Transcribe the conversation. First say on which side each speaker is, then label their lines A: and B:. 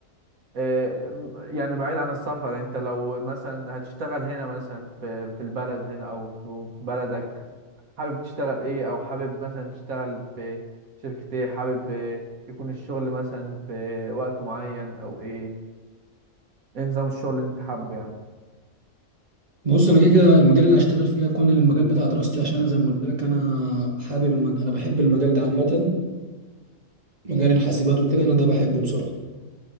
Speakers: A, on the right (about 80°); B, on the right (about 30°).
A: آه، م- يعني بعيد عن السفر انت لو مثلا هتشتغل هنا مثلا في في البلد هنا او في في بلدك حابب تشتغل ايه او حابب مثلا تشتغل في شركة ايه حابب آه، يكون الشغل مثلا في وقت معين او ايه ايه نظام الشغل اللي انت حابه يعني
B: بص انا كده كده المجال اللي هشتغل فيه هيكون المجال بتاع دراستي عشان انا زي ما قلت لك انا حابب المج... انا بحب المجال ده عامه مجال الحاسبات وكده انا ده بحبه بصراحه